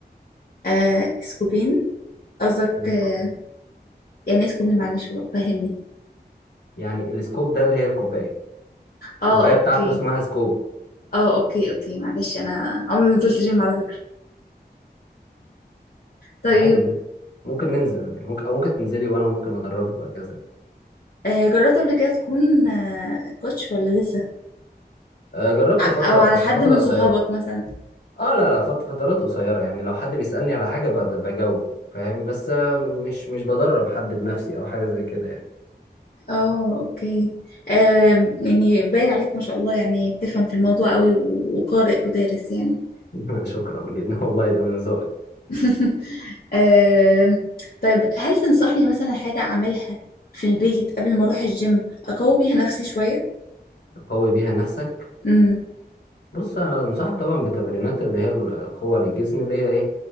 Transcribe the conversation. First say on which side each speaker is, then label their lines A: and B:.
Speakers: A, on the left; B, on the left.
A: آه سكوبين قصدك
B: في الاسكوبين
A: آه يعني ايه سكوبين معلش فهمني
B: يعني الاسكوب ده اللي هي الكوبايه
A: اه
B: الكوبايه
A: اوكي
B: بتاعته اسمها سكوب
A: اه اوكي اوكي معلش انا عمري ما نزلت جيم على فكرة طيب
B: عادي يعني. ممكن ننزل يعني ممكن او ممكن تنزلي وانا ممكن ادربك وهكذا يعني.
A: آه، جربت قبل كده تكون آه، كوتش ولا لسه
B: آه، جربت
A: ع-
B: فتره
A: او على
B: بس
A: حد
B: فتره
A: من
B: قصيره
A: صحابك مثلا
B: اه لا لا فت- فترات قصيرة يعني لو حد بيسألني على حاجة ب- بجاوب فاهم بس آه، مش مش بدرب حد بنفسي او حاجة زي كده يعني
A: اه اوكي آه، يعني باين عليك ما شاء الله يعني بتفهم في الموضوع قوي و- وقارئ ودارس يعني
B: <laughs> شكرا جدا والله ده من ذوقك
A: <laughs> آه، طيب هل تنصحني مثلا حاجة اعملها في البيت قبل ما اروح الجيم اقوي بيها نفسي شوية
B: قوي بيها نفسك
A: امم
B: بص انا انصحك طبعا بتمرينات اللي هي القوة للجسم اللي هي ايه,